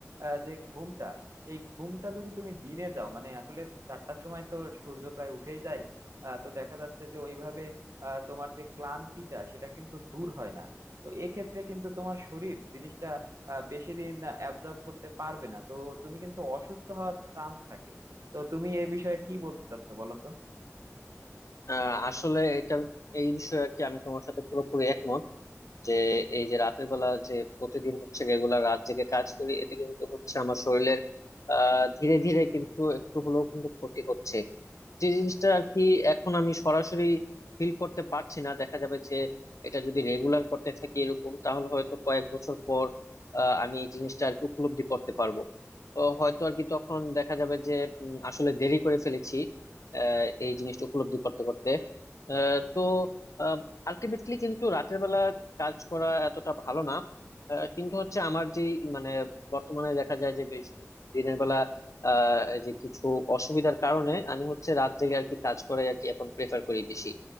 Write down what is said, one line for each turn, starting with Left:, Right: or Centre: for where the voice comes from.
Right: আহ, যে ঘুমটা সেই ঘুমটা যদি তুমি দিনে দাও মানে আসলে চারটার সময় তো সূর্য প্রায় উঠেই যায় আহ, তো দেখা যাচ্ছে যে ওইভাবে আহ, তোমার যে ক্লান্তিটা সেটা কিন্তু দূর হয় না তো এক্ষেত্রে কিন্তু তোমার শরীর জিনিসটা আহ, বেশি দিন অ্যাবজর্ব করতে পারবে না তো তুমি কিন্তু অসুস্থ হওয়ার চান্স থাকে তো তুমি এ বিষয়ে কি বলতে চাচ্ছো বলো তো
Left: আহ আসলে এটা এই বিষয়ে আর কি আমি তোমার সাথে পুরোপুরি একমত যে এই যে রাতের বেলা যে প্রতিদিন হচ্ছে রেগুলার রাত জেগে কাজ করি এতে কিন্তু হচ্ছে আমার শরীরের আহ ধীরে ধীরে কিন্তু একটু হলেও কিন্তু ক্ষতি হচ্ছে যে জিনিসটা আর কি এখন আমি সরাসরি ফিল করতে পারছি না দেখা যাবে যে এটা যদি রেগুলার করতে থাকি এরকম তাহলে হয়তো কয়েক বছর পর আহ, আমি এই জিনিসটা আর কি উপলব্ধি করতে পারবো তো হয়তো আর কি তখন দেখা যাবে যে উম, আসলে দেরি করে ফেলেছি আহ, এই জিনিসটা উপলব্ধি করতে করতে আহ, তো আলটিমেটলি কিন্তু রাতের বেলা কাজ করা এতটা ভালো না আহ, কিন্তু হচ্ছে আমার যে মানে বর্তমানে দেখা যায় যে বেশ দিনের বেলা আহ এই যে কিছু অসুবিধার কারণে আমি হচ্ছে রাত জেগে আর কি কাজ করাই আর কি এখন প্রেফার করি বেশি